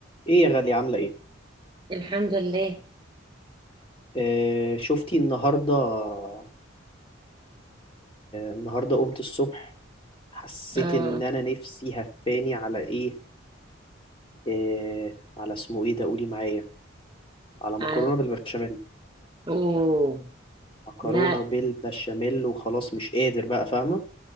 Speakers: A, on the left; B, on the right.
A: ايه يا غالية عاملة ايه؟
B: الحمد لله
A: آه شفتي النهاردة آه النهاردة قمت الصبح حسيت
B: اه
A: ان انا نفسي هفاني على ايه؟ آه على اسمه ايه ده قولي معايا على مكرونة
B: ع-
A: بالبشاميل
B: اوه
A: مكرونة
B: لا
A: بالبشاميل وخلاص مش قادر بقى فاهمة؟